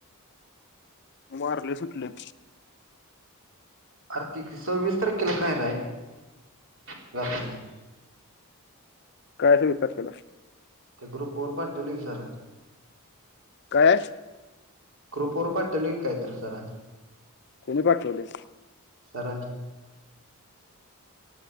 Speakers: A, on the left; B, on the right.
A: वार लय सुटले.
B: आर्थिक सव्वीस तारखेला काय राय क्लास मध्ये?
A: काय हाय तेवीस तारखेला?
B: ते ग्रुप वर पाठवली की सरांनी.
A: काय हाय?
B: ग्रूप वर पाठवलाय कि काय तर सरांनी.
A: कोणी पाठवले?
B: सरांनी